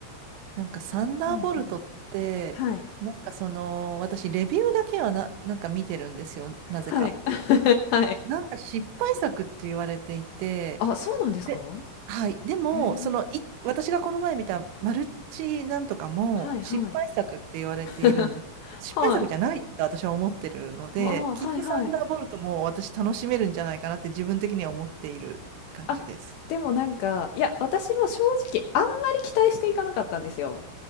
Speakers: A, on the right; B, on the left.
A: なんかサンダーボルトって、
B: うんうん。はい。
A: なんかその、私レビューだけはな、なんか見てるんですよ、なぜか。
B: はい。<laughs> はい。
A: なんか失敗作って言われていて、
B: <laughs> あ、そうなんですか
A: で、はい。でも、
B: へえ。
A: その、い、私がこの前見たマルチなんとかも失敗作って言われているんです。
B: はいはい。<laughs>
A: 失敗作じゃないって私は思ってるので、
B: はい。ああ、
A: きっとサンダーボルトも私楽しめるんじゃないかなって自分的には思っている感じです。
B: はいはい。あ、でもなんか、いや、私も正直あんまり期待していかなかったんですよ。